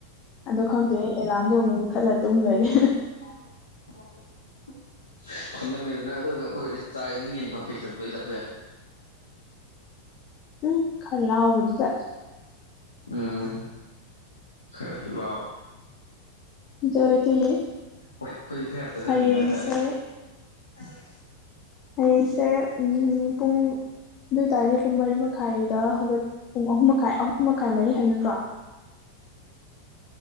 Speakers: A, on the left (about 35°); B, on the left (about 75°).
A: ꯑꯗꯣ ꯈꯪꯗꯦ ꯑꯦꯂꯥꯔꯝꯗꯣ ꯑꯃꯨꯛ ꯃꯨꯊꯠꯂ ꯇꯨꯝꯒ꯭ꯔꯗꯤ
B: ꯑꯦꯂꯥꯝꯗꯣ ꯑꯃꯨꯛ ꯃꯨꯠꯊꯠꯂ ꯇꯨꯝꯈ꯭ꯔꯗꯤ ꯊꯝꯅꯝꯃꯦꯗꯅ ꯑꯗꯨꯒꯒ ꯑꯩꯈꯣꯏ ꯑꯣꯏꯅ ꯆꯥꯔꯦ ꯅꯪ ꯌꯦꯟ ꯃꯐꯩ ꯁꯔꯨꯛꯇꯣ ꯑꯩ ꯆꯥꯊꯣꯛꯑꯦ
A: ꯎꯝ ꯈꯥ ꯂꯥꯎꯕꯗꯨꯗ
B: ꯎꯝ ꯈꯔ ꯂꯥꯎ
A: ꯑꯗꯨꯑꯣꯏꯗꯤ
B: ꯍꯣꯏ ꯑꯩꯈꯣꯏꯗꯤ ꯈꯔ ꯌꯥꯝ ꯆꯥꯖꯅꯤꯡꯕ
A: ꯍꯌꯦꯡꯁꯦ
B: ꯍꯥꯏꯇꯥꯔꯦ ꯎꯪ
A: ꯑꯩꯌꯦꯡꯁꯦ ꯎꯝ ꯄꯨꯡ ꯑꯗꯨ ꯑꯣꯏꯇꯥꯔꯗꯤ ꯄꯨꯡ ꯃꯔꯤ ꯃꯈꯥꯏꯗ ꯍꯧꯒꯠ ꯄꯨꯡ ꯑꯍꯨꯝ ꯃꯈꯥꯏ ꯑꯍꯨꯝ ꯃꯈꯥꯏ ꯃꯔꯤ ꯍꯥꯏꯕ ꯅꯠꯇ꯭ꯔꯣ